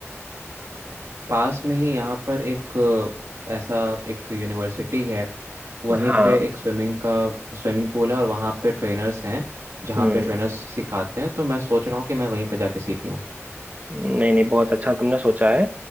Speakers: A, on the right; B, on the right.
A: पास में ही यहाँ पर एक अ, ऐसा एक यूनिवर्सिटी है वहीं
B: हाँ
A: पे एक स्विमिंग का स्विमिंग पूल है और वहाँ पे ट्रेनर्स हैं जहाँ
B: हम्म
A: पे ट्रेनर्स सिखाते हैं तो मैं सोच रहा हूँ कि मैं वहीं पे जाके सीख लूँ
B: नहीं नहीं बहुत अच्छा तुमने सोचा है